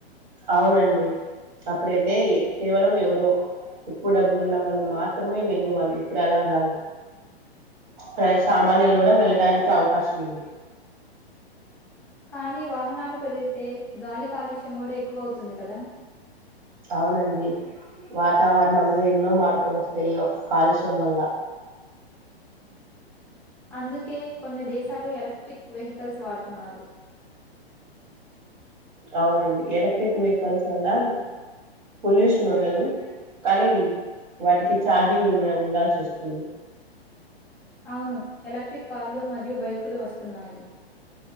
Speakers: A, on the right (about 50°); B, in the centre.
A: అవునండి అప్పుడైతే కేవలం ఎవరో ఎక్కువ డబ్బులు ఉన్న వాళ్ళు మాత్రమే వెళ్ళే వాళ్ళు ఇప్పుడు అలా కాదు ప్రజ సామాన్యులు కూడా వెళ్ళడానికి అవకాశం ఉంది
B: కానీ వాహనాలు పెరిగితే గాలి కాలుష్యం కూడా ఎక్కువ అవుతుంది కదా
A: అవునండి వాతావరణంలో ఎన్నో మార్పులు వస్తాయి ఈయొక్క కాలుష్యం వల్ల
B: అందుకే కొన్ని దేశాలు ఎలక్ట్రిక్ వెహికల్స్ వాడుతున్నారు
A: అవునండి ఎలక్ట్రిక్ వెహికల్స్ వల్ల పొల్యూషన్ ఉండదు కానీ వాటికి చఛార్జింగ్ ఉండ ఉండాల్సి వస్తుంది
B: అవును ఎలక్ట్రిక్ కార్లు మరియు బైకులు వస్తున్నాయి